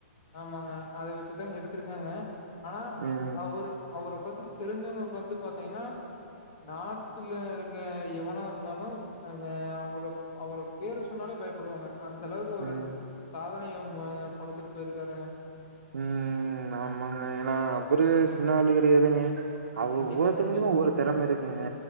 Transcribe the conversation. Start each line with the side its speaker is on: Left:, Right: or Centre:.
Left: ஆமாங்க. அத வச்சுதா எடுத்திருக்காங்க ஆனா
Right: ம்,
Left: அவரு அவர பத் தெரிஞ்சவங்க வந்து பார்த்தீங்கன்னா நாட்டுல இருக்க எவனா இருந்தாலு அ அவ அவர பேர சொன்னாலே பயப்படுவாங்க அ அந்த அளவுக்கு ஒரு
Right: ம்.
Left: சாதனையு ம படைச்சிட்டு போயிருக்காருங்க
Right: ம் ஆமாங்க ஏன்னா அவரு சின்ன ஆள் கெடையாதுங்க அவ
Left: கண்டிப்பாங்க,
Right: ஒவ்வொருத்தவங்கையு
Left: கண்டிப்பா.
Right: ஒவ்வொரு தெறமை இருக்குங்க